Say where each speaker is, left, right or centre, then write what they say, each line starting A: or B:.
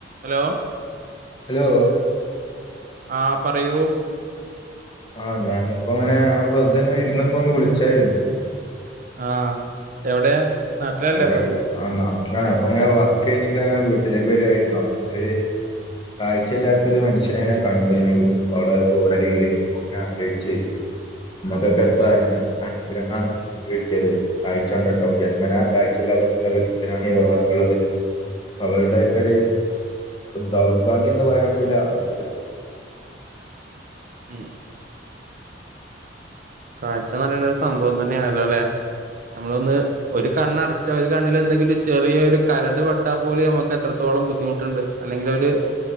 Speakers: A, on the right (about 50°); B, on the left (about 25°).
A: hello
B: hello
A: ആ പറയൂ
B: ആഹ ഞാനിപ്പോ അങ്ങനെ ആ വെറുതെ എങ്ങനെ ഇുന്നപ്പോ ഒന്ന് വിളിച്ചായിരുന്നു
A: ആഹ് എവിടെ നാട്ടിലല്ലേ
B: എവിടെ
A: വ- വ-
B: ആല്ല അപ്പൊ അങ്ങനെ വക്ക് കഴിഞ്ഞെ വീട്ടിലേക്ക് വരുമായിരുന്നു അപ്പൊ അങ്ങനെ ഒരു കാഴ്ചല്ലാത്തത് മനുഷ്യനെ എന്നെ കണ്ട ഞാൻടെ ഓട ര ഒെ ആലോചിച്ചച്ച് മകകത്വ അനുഗ്രഹം കീഴിച്ചത് വായിച്ചണ്ടല്ലോ ജന്മനാ കാഴ്ചില്ലാത്തൊ വലിച്ചനാണ്കത്തുള്ളത് അവരുടെയൊക്കെ ഒരു ദൗർഭാഗ്യം എന്ന് പറയാൻ പറ്റല അവർക്കെ
A: ഉം കാഴ്ച പറയുന്ന ഒരു സംഭവം തന്നെയാണല്ലോ അല്ലെ നമ്മളൊന്ന് ഒരു കണ്ണടച്ചാ ഒര് കണ്ണിലെന്തെങ്കിലും ചെറിയാെര് കരട് പെട്ടാ പോലും ഞമ്മക്ക് എത്രത്തോ ളം ബുദ്ധിമുട്ട്ണ്ട് അല്ലെങ്കിലൊര്